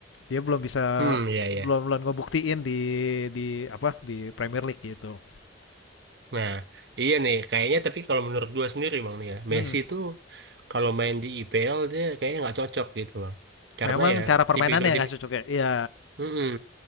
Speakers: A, on the left; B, on the right.
A: dia belum bisa
B: hmm iya iya.
A: belum belum ngebuktiin di di apa di Premier League gitu
B: Nah iya nih kayaknya tapi kalau menurut gue sendiri bang nih ya
A: Mhm,
B: Messi tuh kalau main di IPL dia kayaknya nggak cocok gitu bang. Karena
A: memang
B: ya
A: cara permainannya
B: tipikal
A: yang nggak cocok ya? Iya,
B: Mm-mm.